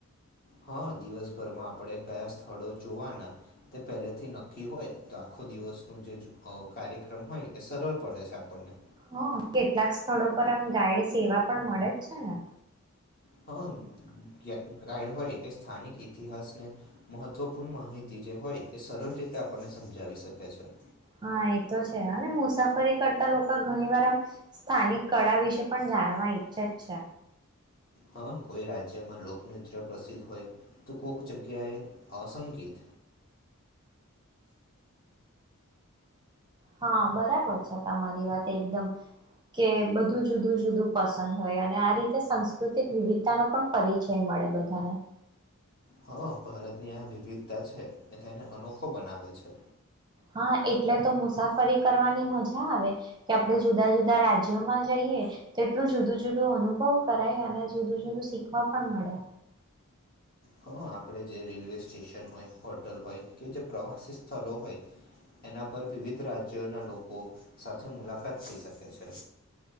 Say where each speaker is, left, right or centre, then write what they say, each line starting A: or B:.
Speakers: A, on the left; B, on the right.
A: હા દિવસભરમાં આપણે કયા સ્થળો જોવાના તે પહેલેથી નક્કી હોય તો આખો દિવસ ન જે કાર્યક્રમ હોય એ સરળ પડે છે આપણને
B: હ કેટલાક સ્થળો પર આમ ગાઈડ સેવા પણ મળે જ છેને
A: હા ગાઈડ હોય એ સ્થાનિક ઈતિહાસને મહત્વપૂર્ણ માહિતી જે હોય એ સરળ રીતે આપણને સમજાવી શકે છે
B: હા એ તો છે અને મુસાફરી કરતા લોકો ઘણી વાર આમ સ્થાનિક કળા વિશે પણ જાણવા ઈચ્છે જ છે
A: હા કોઈ રાજ્યમાં લોકનૃત્ય પ્રસિદ્ધ હોય તો કોક જગ્યાએ અસંગીત
B: હા બરાબર છે તમારી વાત એકદમ કે બધું જુદું જુદું પસંદ હોય અને આ રીતે સાસ્કૃતિક વિવિધતાનો પણ પરિચય મળે બધાને
A: હા ભારતની આ વિવિધ છે એને અનો બનાવે છે.
B: હા એટલે તો મુસાફરી કરવાની મજા આવે કે આપડણે જુદા જુદા રાજ્યોમાં જઈએ તો એટલું જુદું જુદો અનુભવ કરાઈ અને જુદું જુદું શીખવા પણ મળે
A: હા આપણેે જે રેલવે સ્ટેશન હોય હોટલ હોય કે જે પ્રવાસી સ્થલો હોય એના પર વિવિધ રાજ્યોના લોકો સાથે મુલાકાત થઈ શકે છે.